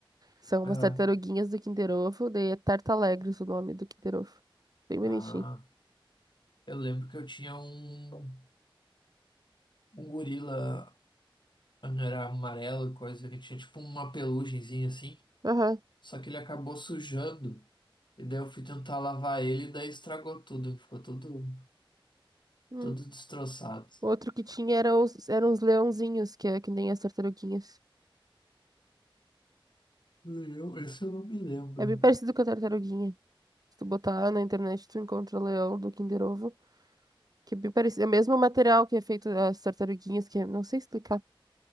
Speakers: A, on the right; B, on the left.
A: São umas
B: Aham.
A: tartaruguinhas do Kinder Ovo, daí é Tartalegres o nome do Kinder Ovo. Bem bonitinho.
B: Ah, eu lembro que eu tinha um, um gorila, era amarelo e coisa, ele tinha tipo uma pelugenzinha assim,
A: Aham.
B: só que ele acabou sujando. E daí eu fui tentar lavar ele e daí estragou tudo, ficou todo,
A: Hum.
B: todo destroçado.
A: Outro que tinha era os, eram os leãozinhos, que é que nem as tartaruguinhas.
B: Eu, esse eu não me lembro.
A: É bem parecido com a tartaruguinha. Se tu botar na internet, tu encontra o leão do Kinder Ovo, que é bem parecido. É o mesmo material que é feito as tartaruguinhas, que é, não sei explicar.